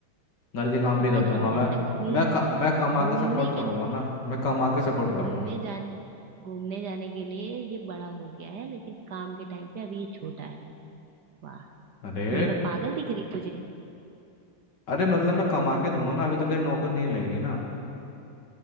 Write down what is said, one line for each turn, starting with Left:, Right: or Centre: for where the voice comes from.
Left: घर के काम
Right: अब
Left: भी कर
Right: कितना
Left: दूंगा
Right: बड़ा
Left: मैं
Right: होना है घूम
Left: मैं क- मैं कमा
Right: घूमने
Left: के सपोर्ट करूंगा
Right: के
Left: ना मैं कमा के सपोर्ट
Right: घूमने
Left: करूंगा
Right: जाने घूमने जाने के लिए ये बड़ा हो गया है लेकिन काम के टाइम पे अभी ये छोटा है वाह।
Left: अरे
Right: नहीं मैं पागल दिख रही तुझे
Left: अरे मतलब मैं कमा के दूंगा ना अभी तो मेरी नौकरी नहीं लगेगी ना